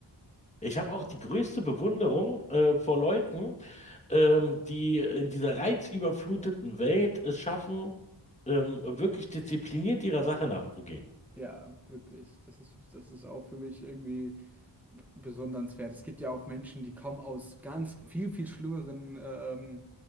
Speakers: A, on the left; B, in the centre.
A: Ich habe auch die größte Bewunderung äh, vor Leuten, ähm, die in dieser reizüberfluteten Welt es schaffen, ähm, wirklich diszipliniert ihrer Sache nachzugehen.
B: Ja, wirklich. Das ist, das ist auch für mich irgendwie besondernswert. Es gibt ja auch Menschen, die kommen aus ganz viel, viel schlimmeren ähm,